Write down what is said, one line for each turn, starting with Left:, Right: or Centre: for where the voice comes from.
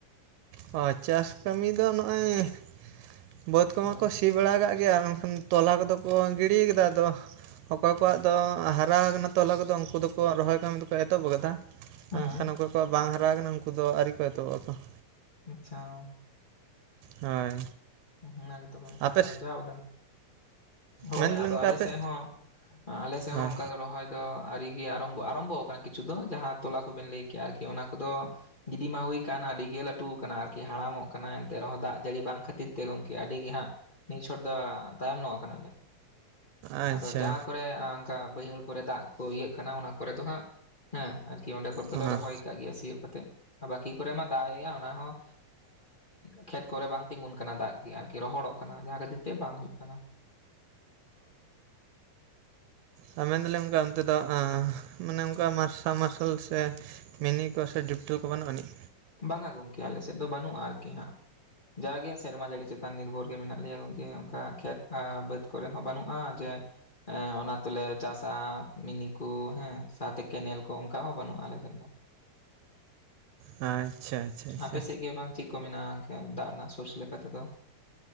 Right: ᱦᱚᱭ ᱪᱟᱥ ᱠᱟᱹᱢᱤ ᱫᱚ ᱱᱚᱜᱼᱚᱭ ᱵᱟᱹᱫᱽ ᱠᱚᱢᱟ
Left: ᱦᱩᱸ
Right: ᱠᱚ ᱥᱤ ᱵᱟᱲᱟ ᱟᱠᱟᱜ ᱜᱮᱭᱟ, ᱚᱝᱠᱷᱟᱱ ᱛᱚᱞᱟ ᱠᱚᱫᱚ ᱠᱚ ᱜᱤᱰᱤ ᱠᱟᱫᱟ ᱟᱫᱚ ᱚᱠᱚᱭ ᱠᱚᱣᱟᱜ ᱫᱚ ᱦᱟᱨᱟ ᱠᱟᱱᱟ ᱛᱚᱞᱟ ᱠᱚᱫᱚ ᱩᱝᱠᱩ ᱫᱚᱠᱚ ᱨᱚᱦᱚᱭ ᱠᱟᱹᱢᱤ ᱫᱚᱠᱚ ᱮᱛᱚᱦᱚᱵ ᱟᱠᱟᱫᱟ ᱾
Left: ᱦᱩᱸ
Right: ᱮᱠᱷᱟᱱ ᱚᱠᱚᱭ ᱠᱚᱣᱟᱜ ᱵᱟᱝ ᱦᱟᱨᱟ ᱠᱟᱱᱟ ᱩᱱᱠᱩ ᱫᱚ ᱟᱹᱣᱨᱤ ᱠᱚ ᱮᱛᱚᱵᱚᱜ ᱟᱠᱚ ᱾
Left: ᱟᱪᱪᱷᱟ ᱾
Right: ᱦᱳᱭ,
Left: ᱦᱮᱸ ᱚᱱᱟ ᱜᱮᱛᱚ ᱜᱚᱢᱠᱮ
Right: ᱟᱯᱮ
Left: ᱟᱫᱚ ᱡᱟ ᱩᱰᱟᱝ ᱾ ᱦᱳᱭ
Right: ᱢᱮᱱᱫᱟᱞᱤᱧ
Left: ᱟᱫᱚ
Right: ᱚᱱᱠᱟ
Left: ᱟᱞᱮ
Right: ᱟᱯᱮ
Left: ᱥᱮᱜ ᱦᱚᱸ, ᱟᱞᱮ ᱥᱜ
Right: ᱦᱳᱭ
Left: ᱦᱚᱸ ᱚᱱᱠᱟ ᱫᱚ ᱨᱚᱦᱚᱭ ᱫᱚ ᱟᱨᱤᱜᱮᱭᱟ ᱟᱨᱚᱢᱵᱚ ᱟᱨᱚᱢᱵᱚ ᱠᱟᱱᱟ ᱾ ᱠᱤᱪᱷᱩ ᱫᱚ ᱡᱟᱸᱦᱟᱸ ᱛᱚᱞᱟ ᱠᱚᱵᱮᱱ ᱞᱟᱹᱭ ᱠᱮᱜᱼᱟ ᱟᱨᱠᱤ ᱚᱱᱟ ᱠᱚ ᱫᱚ ᱜᱤᱰᱤ ᱢᱟ ᱦᱩᱭ ᱟᱠᱟᱱ ᱟᱹᱰᱤ ᱜᱮ ᱞᱟᱹᱴᱩ ᱟᱠᱟᱱᱟ ᱾ ᱟᱨᱠᱤ ᱦᱟᱲᱟᱢᱚᱜ ᱠᱟᱱᱟ, ᱮᱱᱛᱮ ᱨᱮᱦᱚᱸ ᱫᱟᱜ ᱡᱟᱲᱤ ᱵᱟᱝ ᱠᱷᱟᱹᱛᱤᱨ ᱛᱮ ᱜᱚᱢᱠᱮ ᱟᱹᱰᱤ ᱜᱮ ᱦᱟᱸᱜ ᱱᱤ ᱪᱷᱚᱴ ᱫᱚ ᱛᱟᱭᱚᱢᱚᱜ ᱠᱟᱱᱟᱞᱮ,
Right: ᱟᱪᱪᱷᱟ
Left: ᱟᱫᱚ ᱡᱟᱦᱟᱸ ᱠᱚᱨᱮ ᱚᱱᱠᱟ ᱵᱟᱹᱭᱦᱟᱹᱲ ᱠᱚ ᱠᱚᱚᱨ ᱫᱟᱜ ᱠᱚ ᱤᱭᱟᱹᱜ ᱠᱟᱱᱟ, ᱚᱱᱟ ᱠᱚᱨᱮ ᱫᱚ ᱦᱟᱸᱜ ᱦᱮᱸ ᱟᱨᱠᱤ ᱚᱸᱰᱮ ᱠᱚᱨᱮ ᱫᱚᱞᱮ
Right: ᱦᱮᱸ
Left: ᱨᱚᱦᱚᱭ ᱟᱜ ᱜᱮ ᱥᱤᱭᱳᱜ ᱠᱟᱛᱮᱜ ᱾ ᱵᱟᱠᱤ ᱠᱚᱨᱮ ᱢᱟ ᱫᱟᱜᱭᱟ ᱚᱱᱟ ᱦᱚᱸ ᱠᱷᱮᱛ ᱠᱚᱨᱮ ᱵᱟᱝ, ᱛᱤᱸᱜᱩᱱ ᱠᱟᱱᱟ ᱫᱟᱜ ᱜᱮ, ᱟᱨᱠᱤ ᱨᱚᱦᱚᱲᱚᱜ ᱠᱟᱱᱟ ᱡᱟᱦᱟᱸ ᱠᱷᱟᱹᱛᱤᱨ ᱛᱮ ᱵᱟᱝ ᱦᱩᱭᱩᱜ ᱠᱟᱱᱟ ᱾
Right: ᱚᱸ, ᱢᱮᱱᱫᱟᱞᱤᱧ, ᱚᱱᱠᱟ ᱚᱱᱛᱮ ᱫᱚ ᱢᱟᱱᱮ ᱚᱱᱠᱟ ᱢᱟᱨᱥᱟᱞ ᱢᱟᱨᱥᱟᱞ ᱥᱮ ᱢᱮᱱᱤ ᱠᱚ ᱥᱮ <unintelligible> ᱰᱤᱯᱴᱮᱞ ᱠᱚ ᱵᱟᱹᱱᱩᱜ ᱟᱹᱱᱤᱡ?
Left: ᱵᱟᱝᱼᱟ ᱜᱚᱢᱠᱮ, ᱟᱞᱮ ᱥᱮᱫ ᱫᱚ ᱵᱟᱹᱱᱩᱜᱼᱟ ᱟᱨᱠᱤ ᱦᱟᱸᱜ᱾ ᱡᱟᱜᱮ ᱥᱮᱨᱢᱟ ᱡᱟᱹᱲᱤ ᱪᱮᱛᱟᱱ ᱱᱤᱨᱵᱷᱚᱨ ᱜᱮ ᱢᱮᱱᱟᱜ ᱞᱮᱭᱟ ᱜᱚᱢᱠᱮ᱾ ᱚᱱᱠᱟ ᱠᱷᱮᱛ ᱵᱟᱹᱫᱽ ᱠᱚᱨᱮ ᱦᱚᱸ ᱵᱟᱹᱱᱩᱜᱼᱟ, ᱡᱮ ᱚᱱᱟ ᱛᱮᱞᱮ ᱪᱟᱥᱟ᱾ ᱢᱤᱱᱤ ᱠᱚ ᱦᱮᱸ, ᱥᱟᱶᱛᱮ ᱠᱮᱱᱮᱞ ᱠᱚ ᱚᱱᱠᱟ ᱦᱚᱸ ᱵᱟᱹᱱᱩᱜᱼᱟ ᱟᱞᱮᱥᱮᱫ ᱫᱚ᱾
Right: ᱟᱪᱪᱷᱟ᱾ ᱟᱪᱪᱷᱟ ᱟᱪᱪᱷᱟ
Left: ᱟᱯᱮ ᱥᱮᱫ ᱜᱮ ᱵᱟᱝ ᱪᱮᱫ ᱠᱚ ᱢᱮᱱᱟᱜᱼᱟ, ᱫᱟᱜ ᱨᱮᱱᱟᱜ ᱥᱳᱨᱥ ᱞᱮᱠᱟ ᱛᱮᱫᱚ?